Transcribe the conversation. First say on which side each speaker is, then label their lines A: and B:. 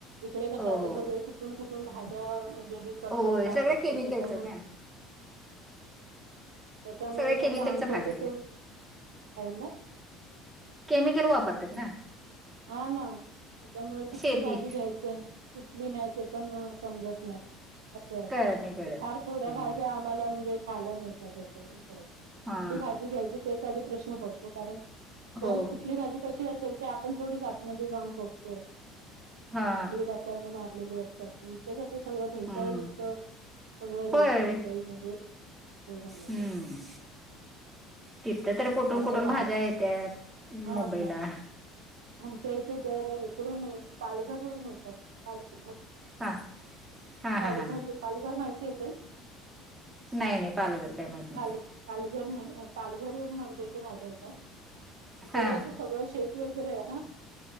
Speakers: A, on the right; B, on the right.
A: इकडे कसं
B: हो
A: आता
B: हो.
A: सगळे कुठून कुठून म्हणजे, करतात
B: होय
A: काय
B: सगळं
A: करतात
B: केमिकलच
A: त्याच्यामुळे,
B: ना
A: त्याच्यामुळे
B: सगळ्या केमिकलच्या
A: कसं आमच्या
B: भाज्या
A: इथं
B: त्या
A: ना-
B: केमिकल वापरतात ना
A: हा ना त्यांच्यामुळे कुठली
B: शेती
A: भाजी घ्यायची कुठली नाही्या ते पण समजत नाही. असंय
B: कळत नाही कळत
A: आणि फार
B: नाही.
A: थोड्या
B: हम्म.
A: भाज्या. मला म्हणजे खायला मिळतात असं कुठली
B: हा
A: भाजी घ्या तेच आधी प्रश्न पडतो कारण, कोण
B: हो
A: कुठली भाजी कशी असेल. ते आपण थोडी आतमध्ये जाऊन बघतोय आणि
B: हा
A: कुठली रसायनं मारलेली असतात ती, ते कसं सगळं भेसळयुक्त-
B: हम्म
A: सगळं
B: होय.
A: हे मुंबई म्हणजे हे झालं पण-
B: हम्म. तिथं तर कुठून
A: आपडे
B: कुठून भाज्या
A: काव
B: येत्यात
A: हा
B: मुंबईला
A: <inaudible> आमच्या इथे तर इकडूनून पालघरवरून येतात पालघ
B: हा हा
A: पालघर,
B: हा हा
A: पालघर माहिती असेल.
B: नाही नाही पालघर काय माहत नाही.
A: पाल पालघर म्ह पालघर वरून आमच्या इथे राजा यता तिकडे
B: हा
A: जसं सगळं शेत <inaudible>